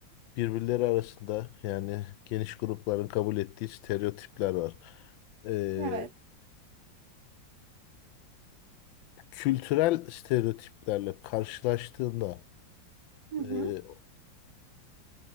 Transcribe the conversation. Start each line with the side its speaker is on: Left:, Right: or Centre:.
Left: birbirleri arasında yani geniş grupların kabul ettiği stereotipler var. E,
Right: Evet.
Left: kültürel stereotiplerle karşılaştığında
Right: Hı hı.
Left: e,